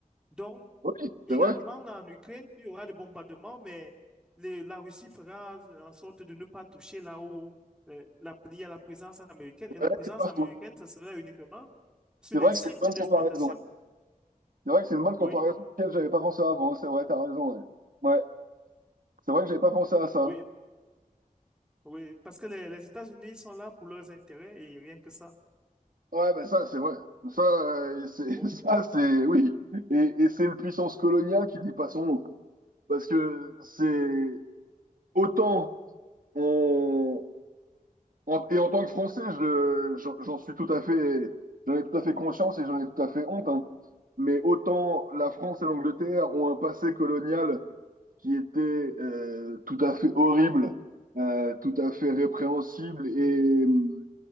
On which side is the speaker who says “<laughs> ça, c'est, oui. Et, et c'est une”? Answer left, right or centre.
Right